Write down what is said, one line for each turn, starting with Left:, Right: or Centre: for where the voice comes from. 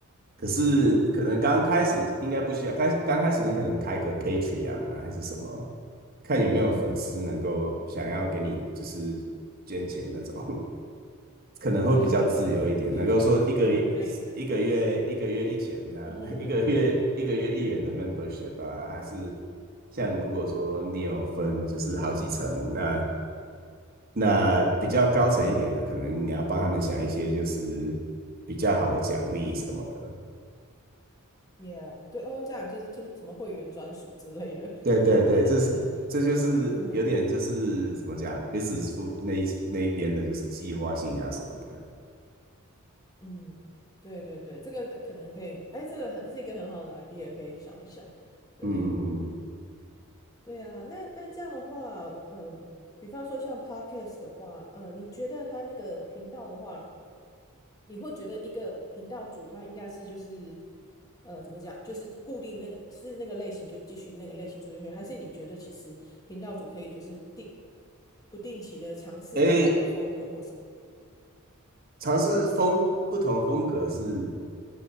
Right: 可是可能刚开始应该不需要，
Left: 嗯
Right: 开刚开始你可能开个 Patreon 啊，还是什么，看有没有粉丝能够想要给你就是捐钱那种。
Left: 嗯哼，
Right: 可能会比较自由一点，
Left: 对，<laughs>
Right: 能够说一个
Left: 感觉抖内，
Right: 一个月一个月一千啊，
Left: <laughs> 嗯哼哼
Right: <laughs> 一个月一个月一元的 membership 啊，还是像如果说你有分就是好几层，那那比较高层一点的，可能你要帮他们想一些就是比较好的奖励什么的。
Left: ，yeah，对哦，这样就是就是什么会员专属之类的，
Right: 对对对，
Left: <laughs>
Right: 这是这就是有点就是怎么讲，business
Left: 嗯哼
Right: school 那一那一边的就是计划性啊什么的。
Left: 嗯，对对对，这个可能可以，哎，这个很是一个很好的 idea，可以想一想。对。
Right: 嗯嗯嗯，
Left: 对啊，那那这样的话，嗯，比方说像 podcast 的话，呃，你觉得他那个频道的话，你会觉得一个频道主他应该是就是呃怎么讲，就是固定那个是那个类型就继续那个类型做下去，还是你觉得其实频道主可以就是定不定期的尝试另外一个风格或什么？
Right: 诶，尝试风不同风格是